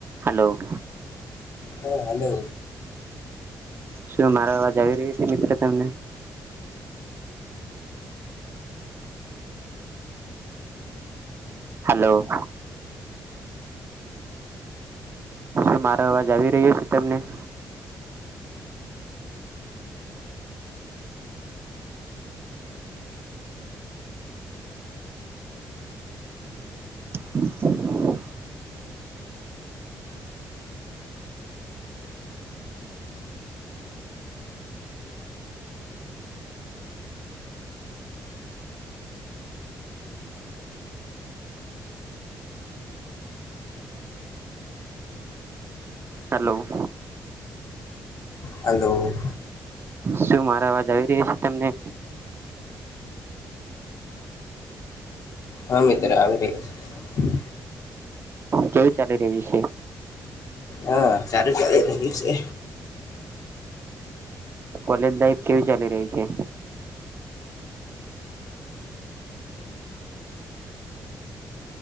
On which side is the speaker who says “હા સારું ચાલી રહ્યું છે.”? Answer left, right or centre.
Left